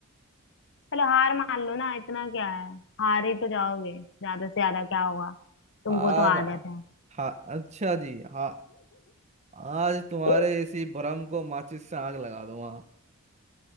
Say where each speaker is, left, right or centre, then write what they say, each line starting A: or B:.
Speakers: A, on the left; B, on the right.
A: चलो हार मान लो ना इतना क्या है हार ही तो जाओगे ज्यादा से ज्यादा क्या होगा तुमको
B: हार
A: तो आदत है
B: हा अच्छा जी हा आज तुम्हारे
A: <laughs>
B: इसी भ्रम को माचिस से आग लगा दूंगा